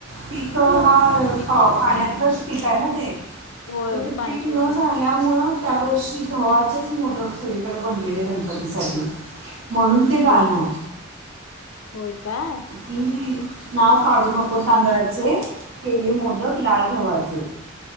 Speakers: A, on the right; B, on the left.
A: पीक हा
B: पीक होत
A: पाण्यातलंच
B: नाही.
A: पीक आहे ना ते.
B: होय
A: तर ते
B: पाण्याशिवाय
A: पीक न
B: होय.
A: झाल्यामुळं त्यावर्षी गव्हाचेच मोदक सगळीकडे बनलेले गणपतीसाठी. म्हणुन ते गाणं
B: बघा
A: आहे.
B: होय काय?
A: किं नाव काढू नको
B: बघा
A: तांदळाचे केले मोदक लाल गव्हाचे.